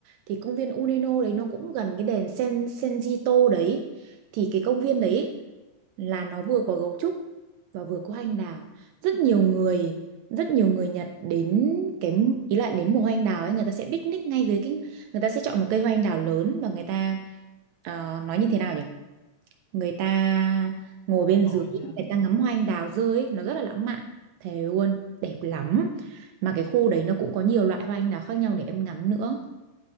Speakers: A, on the right (about 80°); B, on the left (about 80°).
A: thì công viên Uneno đấy nó cũng gần cái đèn Sen Senjito đấy. Thì cái công viên đấy là nó vừa có gấu trúc và vừa có anh đào rất nhiều người rất nhiều người Nhật đến cái ý là đến mùa hoa anh đào ấy người ta sẽ picnic ngay dưới cái người ta sẽ chọn một cây hoa anh đào lớn và người ta ờ, nói như thế nào nhỉ người ta ngồi bên
B: ngồi
A: dưới
B: gì
A: người
B: đó
A: ta ngắm hoa anh đào rơi ấy, nó rất là lãng mạn thề luôn đẹp lắm mà cái khu đấy nó cũng có nhiều loại hoa anh đào khác nhau để em ngắm nữa